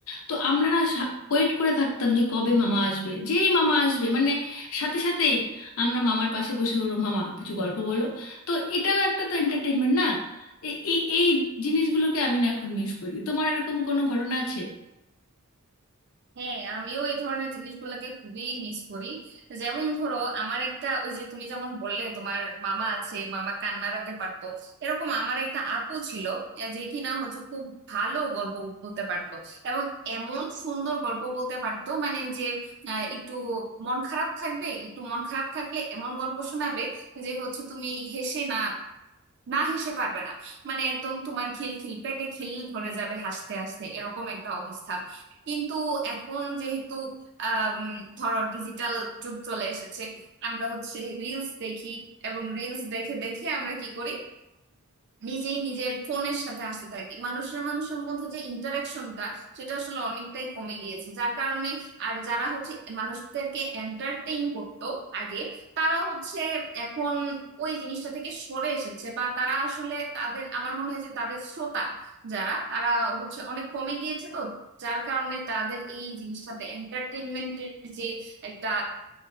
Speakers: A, on the left; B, on the right.
A: তো আমরা না ওয়েট করে থাকতাম যে কবে মামা আসবে যেই মামা আসবে মানে সাথে সাথেই আমরা মামার পাশে বসে বলবো মামা কিছু গল্প বলো তো এটাও একটা তো এন্টারটেনমেন্ট না এই এই এই জিনিসগুলোকে আমি না এখন মিস করি তোমার এরকম কোনো ঘটনা আছে
B: হ্যাঁ আমিও এই ধরনের জিনিসগুলোকে খুবই মিস করি যেমন ধরো আমার একটা ওই যে তুমি যেমন বললে তোমার মামা আছে মামা কান্নারাতে পারতো এরকম আমার একটা আপু ছিল আহ, যে কিনা হচ্ছে খুব ভালো গল্প বলতে পারতো এবং এমন সুন্দর গল্প বলতে পারতো মানে যে আহ, একটু মন খারাপ থাকবে একটু মন খারাপ থাকলে এমন গল্প শোনাবে যে হচ্ছে তুমি হেসে না না হেসে পারবে না মানে একদম তোমার খিল খিল পেটে খিল ধরে যাবে হাসতে হাসতে এরকম একটা অবস্থা কিন্তু এখন যেহেতু আম, ধরো ডিজিটাল যুগ চলে এসেছে আমরা হচ্ছে রিলস দেখি এবং রিলস দেখে দেখে আমরা কি করি নিজেই নিজের ফোনের সাথে আসতে থাকি মানুষের মানুষের মধ্যে যে ইন্টারাকশনটা সেটা আসলে অনেকটাই কমে গিয়েছে যার কারণে আর যারা হচ্ছে মানুষদেরকে এন্টারটেইন করতো আগে তারা হচ্ছে এখন ওই জিনিসটা থেকে সরে এসেছে বা তারা আসলে তাদের আমার মনে হয় যে তাদের শ্রোতা যারা তারা হচ্ছে অনেক কমে গিয়েছে তো যার কারণে তাদের এই জিনিসটাতে এন্টারটেইনমেন্টের যে একটা